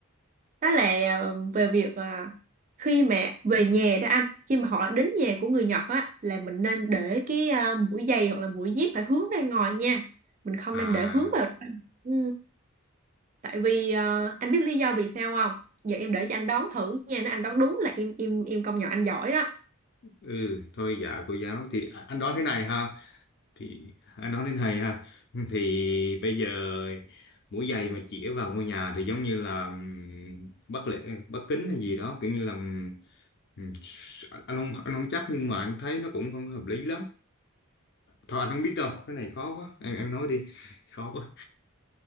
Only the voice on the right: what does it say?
Đó là à, về việc à, khi mà về nhà đó anh, khi mà họ đã đến nhà của người Nhật á là mình nên để cái à, mũi giày hoặc là mũi dép phải hướng ra ngoài nha. Mình không
nên để hướng vào. Ừ. Tại vì à, anh biết lý do vì sao không? Giờ em để cho anh đoán thử nha, nếu anh đoán đúng là em em em công nhận anh giỏi đó.